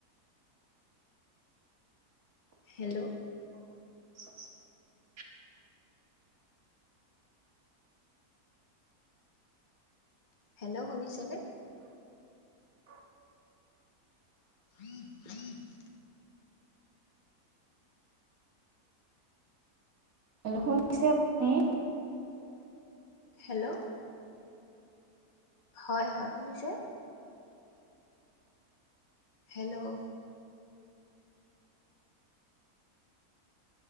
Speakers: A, on the left (about 35°); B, on the right (about 60°).
A: হেল্ল'
B: <inaudible>
A: hello শুনিছেনে
B: <inaudible>
A: <inaudible>
B: হেল্লো' শুনিছে? আপুনি
A: হেল্ল' হয় হয় শুনিছে? হেল্ল'